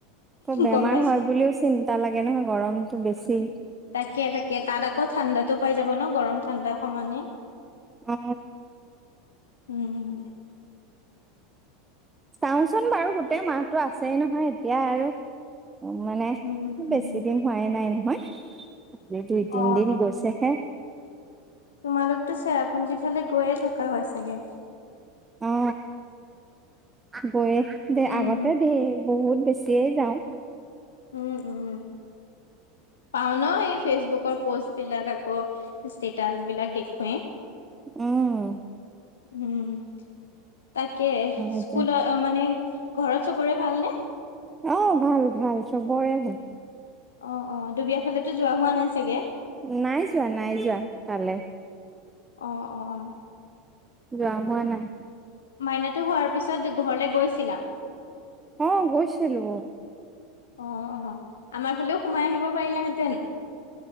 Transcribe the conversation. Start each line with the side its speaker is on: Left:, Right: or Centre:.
Right: আকৌ বেমাৰ
Left: গম পাইছো
Right: হয় বুলিও চিন্তা লাগে নহয় গৰমতটো বেছি।
Left: তাকে তাকে তাত আকৌ ঠাণ্ডাতো, পাই যাব ন গৰম ঠাণ্ডা সমানে
Right: অ
Left: উম উম
Right: চাওঁচোন বাৰু গোটেই মাহতটো আছেই নহয় এতিয়া আৰু উ মানে
Left: উম উম
Right: বেছি দিন হোৱাই নাই নহয়। সেইটোৱে তিনি
Left: অ
Right: দিন গৈছে হে।
Left: তোমালোকতো চেৰাপুঞ্জী, ফালে গৈয়ে থকা হয় চাগে।
Right: অ গৈ দে
Left: উম
Right: আগতে দেই বহুত বেছিয়ে যাওঁ।
Left: উম উম পাও ন এই ফেচবুকৰ, পোষ্ট বিলাক আকৌ ষ্টেটাচ বিলাক দেখুৱে
Right: উম
Left: উম তাকে
Right: সেইটোৱে
Left: স্কুলত অ মানে ঘৰত চবৰে ভালনে
Right: অ ভাল ভাল চবৰে ভাল
Left: অ অ দুবিয়াৰ ফালেতো যোৱা হোৱা নাই চাগে।
Right: নাই যোৱা নাই যোৱা তালৈ।
Left: অ অ অ
Right: যোৱা হোৱা নাই
Left: মাইনাটো, হোৱাৰ পিছত ঘৰলে গৈছিলা।
Right: অ গৈছিলো।
Left: অ অ আমাৰ ফালেও সোমাই আহিব পাৰিলাহেঁতেন।